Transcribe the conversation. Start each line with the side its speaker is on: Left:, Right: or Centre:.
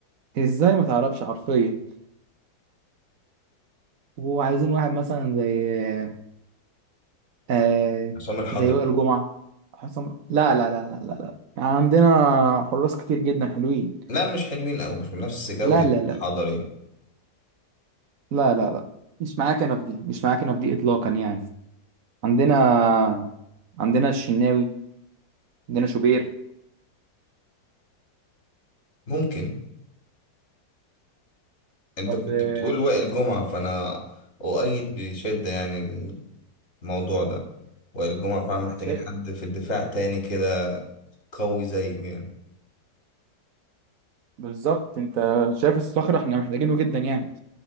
Right: ازاي ما تعرفش حرفيا وعايزين واحد مثلا زي آه آه،
Left: عصام الحضري
Right: زي وائل جمعه حسام لا لا لا لا لا لا عندنا حراس كتير جدا حلوين
Left: لا مش حلوين او مش بنفس جودة
Right: لا لا
Left: الحضري
Right: لا لا لا لا مش معايا كنب دي مش معايا كنب دي اطلاقا يعني عندنا عندنا الشناوي عندنا شوبير
Left: ممكن انت
Right: طب
Left: كنت
Right: آه،
Left: بتقول وائل جمعة فانا اؤيد بشدة يعني الموضوع ده وائل جمعة فعلا محتاجين
Right: شايف
Left: حد في الدفاع تاني كده قوي زيه يعني
Right: بالظبط انت شايف الصخرة احنا محتاجينه جدا يعني